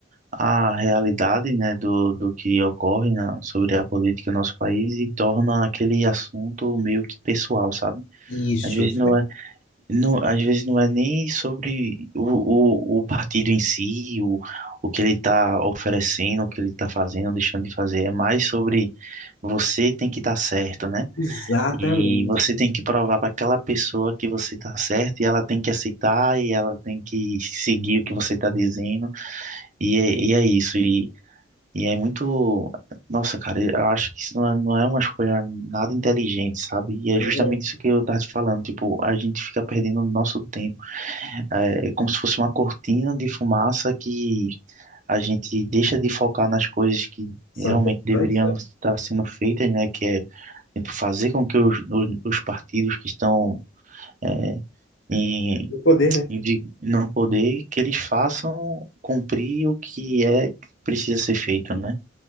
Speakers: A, on the right (about 40°); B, on the left (about 80°).
A: a realidade, né, do, do que ocorre na- sobre a política no nosso país e torna aquele assunto meio que pessoal, sabe?
B: Isso,
A: Às vezes
B: isso
A: não é, não, às vezes não é nem sobre o, o, o partido em si, o, o que ele está oferecendo, o que ele está fazendo, deixando de fazer, é mais sobre você tem que estar certo, né?
B: Exatamente.
A: E você tem que provar para aquela pessoa que você tá certo e ela tem que aceitar e ela tem que seguir o que você tá dizendo. E é, e é isso. E, e é muito. Nossa, cara, eu acho que isso não é, não é uma escolha nada inteligente, sabe? E é
B: É,
A: justamente isso que eu tava te falando. Tipo, a gente fica perdendo o nosso tempo. É, é como se fosse uma cortina de fumaça que a gente deixa de focar nas coisas que
B: são
A: realmente
B: importantes,
A: deveriam
B: né?
A: estar sendo feitas, né? Que é Tipo, fazer com que os, os, os partidos que estão é, em,
B: No poder, né?
A: em vi- no poder, que eles façam cumprir o que é que precisa ser feito, né?